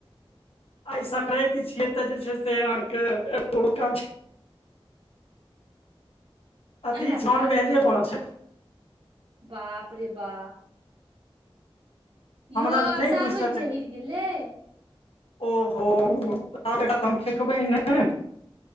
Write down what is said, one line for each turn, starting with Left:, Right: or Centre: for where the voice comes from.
Left: आइ संक्रांति छियै त जे छै से अहाँके <unintelligible> अति
Right: अंडा
Left: <unintelligible>
Right: भात
Left: छै।
Right: बाप रे बा
Left: हमरा
Right: यौ आब
Left: नहि
Right: सावन
Left: बुझि सकै
Right: चहरि गेलै।
Left: ओहो त आब एकरा हम फेकबै नै?